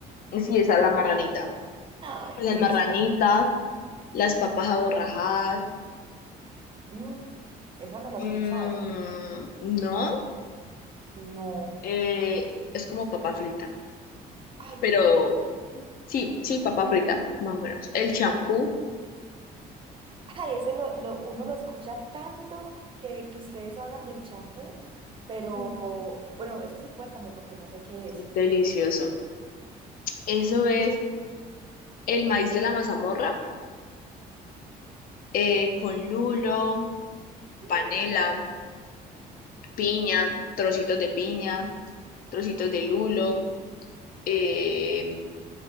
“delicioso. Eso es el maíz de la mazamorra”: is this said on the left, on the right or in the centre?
Left